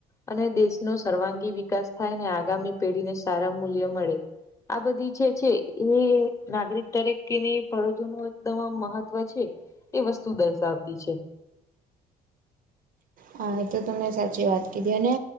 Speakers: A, on the left; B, on the right.
A: અને દેશનો સર્વાંગી વિકાસ થાય ને આગામી પેઢી ને સારા મૂલ્ય મળે આ બધી જે છે એ નાગરિક તરીકેની ફરજો નું એકદમ મહત્વ છે. એ વસ્તુ દર્શાવતી છે.
B: હા એ તો તમને સાચી વાત કીધી અને